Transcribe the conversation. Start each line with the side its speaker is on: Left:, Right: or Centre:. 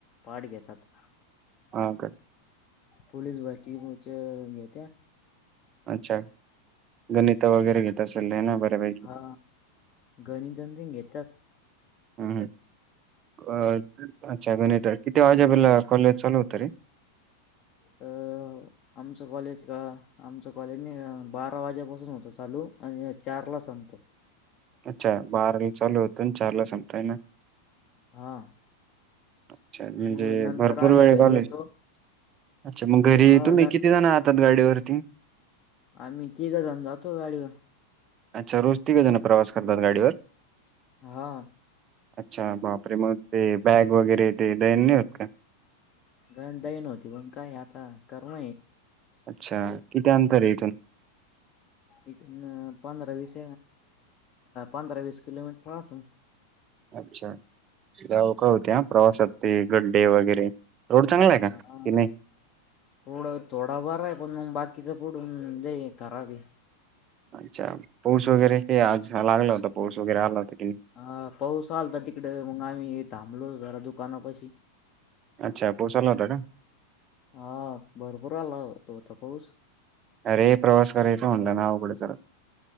Left: पाारड घेतात
Right: हा का
Left: पोलीस बकी घेते
Right: अच्छा गणित वगैरे गे तस ल ना बरे बा
Left: हा गणितन तेन घेत्याच
Right: हम् अ अच्छगण तर किती आजाबिलाॉलेज चालवत रे
Left: अ आमचं कॉलेज का आमचं कॉलेजनी बारा वाज्यापासून होतं चालू आणि चारला संपत
Right: अच्छा बाराला चालू होतो चार ला संताय ना
Left: हा
Right: अच्छ म्हणजे
Left: मग नंतर
Right: भरपूर
Left: आम्ही
Right: वेळ
Left: घरी
Right: गल
Left: येतो
Right: अच्छा मग घरी
Left: हा
Right: तुम्ही
Left: न
Right: किती किती जण जातात गाडीवरती
Left: आम्ही तिघ जाऊन जातो गाडीवर
Right: अच्छा रोज तिघ जण प्रवास करतात गाडीवर
Left: हा
Right: अच्छा बापरे मग ते बॅग वगैरे ते दन नाही होत का
Left: गणताही नव्हती पण काय आता करण
Right: अच्छा किती अंतर आहे इथून
Left: इ पंधरा वस पंधरा वीस किलोमीटर अससू
Right: अच्छा गाव का होते हा प्रवासात ते गड्डे वगैरे रोड चांगला आहे का कि
Left: हा
Right: नाही
Left: रोड थोडा बर आहे पण बाकीच पुढून ल करावी
Right: अच्छा पाऊस वगैरे हे आज लागला होता पाऊस वगैरे आला होता की
Left: हा पाऊस आलता तिकडे मग आम्ही थांबलो जरा दुकानापशी
Right: अच्छा पोसायला होता का
Left: हा भरपूर आला तो होता पाऊस
Right: अरे प्रवास करायचा म्हणलं नावकडें चर